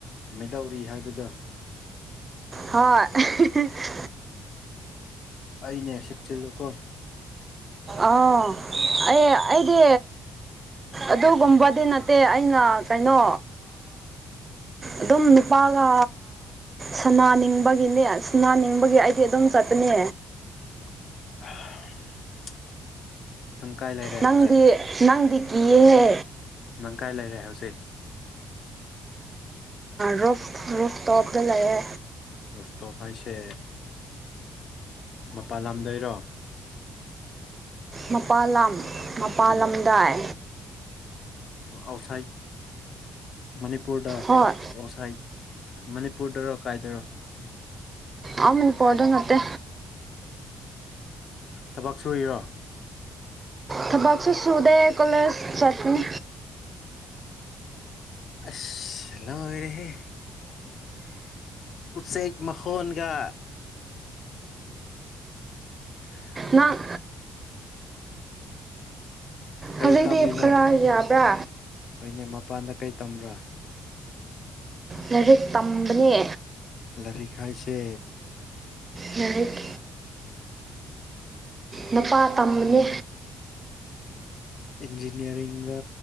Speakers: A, on the left; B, on the right.
A: ꯃꯩꯗꯧꯔꯤ ꯍꯥꯏꯕꯗꯣ
B: ꯍꯣꯏ <unintelligible>
A: ꯑꯩꯅꯦ ꯆꯦꯛꯁꯤꯜꯂꯨ ꯀꯣ
B: ꯑꯥ ꯑꯩ ꯑꯩꯗꯤ ꯑꯗꯨꯒꯨꯝꯕꯗꯤ ꯅꯠꯇꯦ ꯑꯩꯅ ꯀꯩꯅꯣ ꯑꯗꯨꯝ ꯅꯨꯅꯤꯄꯥꯒ ꯁꯅꯥꯅꯤꯡꯕꯒꯤꯅꯦ ꯁꯅꯥꯅꯤꯡꯕꯒꯤ ꯑꯩꯗꯤ ꯑꯗꯨꯝ ꯆꯠꯄꯅꯦ
A: <inaudible> ꯅꯪ ꯀꯥꯏ ꯂꯩꯔꯦ
B: ꯅꯪꯗꯤ
A: ꯍꯧꯖꯤꯛ
B: ꯅꯪꯗꯤ ꯀꯤꯌꯦꯍꯦ
A: ꯅꯪ ꯀꯥꯏ ꯂꯩꯔꯦ ꯍꯧꯖꯤꯛ
B: ꯔꯣꯐ ꯔꯣꯐ ꯇꯣꯞꯗ ꯂꯩꯌꯦ
A: ꯔꯣꯁꯇꯣꯞ ꯍꯥꯏꯁꯦ ꯃꯄꯥꯟ ꯂꯝꯗꯔꯣ
B: ꯃꯄꯥꯥꯟꯜ ꯂꯝ ꯃꯄꯥꯜꯂꯝꯗꯥꯏ
A: ꯎꯝ ꯑꯥꯎꯠꯁꯥꯏꯠ ꯃꯅꯤꯄꯨꯔꯗ
B: ꯍꯣꯏ
A: ꯑꯥꯎꯠꯁꯥꯏꯠ ꯃꯅꯤꯄꯨꯔꯗꯔꯣ ꯀꯥꯏꯗꯔꯣ
B: ꯑ ꯃꯅꯤꯄꯣꫪꯗ ꯅꯠꯇꯦ
A: ꯊꯕꯛ ꯁꯨꯔꯤꯔꯣ
B: ꯊꯕꯥꯛꯁꯨ ꯁꯨꯗꯦ ꯀꫭꯂꯦꯖ ꯆꯠꯅꯤ
A: ꯑꯁ ꯂꫭꯏꯔꯦꯍꯦ ꯎꯆꯦꯛ ꯃꯈꯣꯟꯒ <unintelligible>
B: ꯅꯪ
A: ꯀꯩ
B: ꯍꯧꯖꯤꯩꯗꯤ
A: ꯇꯝꯃꯤꯅꯣ
B: ꯈꯔ ꯌꯥꯕ꯭ꯔꯥ
A: ꯍꯣꯏꯅꯦ ꯃꯄꯥꯟꯗ ꯀꯩ ꯇꯝꯕ꯭ꯔꯥ
B: ꯂꯥꯏꯔꯤꯛ ꯇꯝꯕꯅꯦ
A: ꯂꯥꯏꯔꯤꯛ ꯍꯥꯏꯁꯦ
B: ꯂꯥꯏꯔꯤꯛ ꯅꯨꯄꯥ ꯇꯝꯕꯅꯦ
A: ꯏꯟꯖꯤꯅꯤꯌꯥꯔꯤꯡꯒ